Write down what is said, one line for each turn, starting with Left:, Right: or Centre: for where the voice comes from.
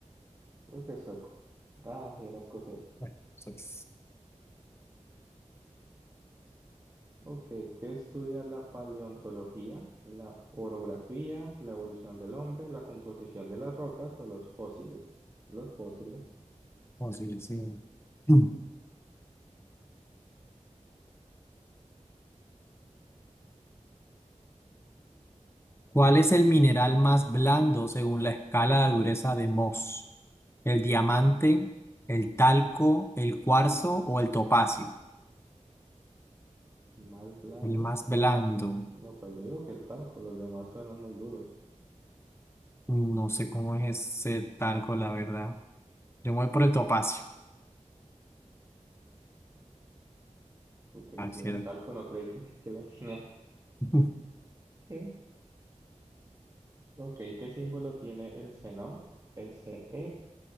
Right: Yo creo que sueco. Ah, sí, era escocés.
Left: Bueno, eso es
Right: Ok, ¿qué estudia la paleontología? ¿La orografía, la evolución del hombre, la composición de las rocas o los fósiles? Los fósiles.
Left: posible, sí. <clears throat> Mm. ¿Cuál es el mineral más blando según la escala de dureza de Mohs? ¿El diamante, el talco, el cuarzo o el topacio?
Right: Más blando.
Left: El más blando.
Right: No, pues yo digo que el talco, los demás suenan muy duros.
Left: No sé cómo es ese talco, la verdad. Yo me voy por el topacio.
Right: Ok,
Left: Ah,
Right: si
Left: sí,
Right: era el talco, no creí que, <laughs> que la tiene.
Left: <laughs>
Right: ¿Qué? Ok, ¿qué símbolo tiene el xenón? S-E,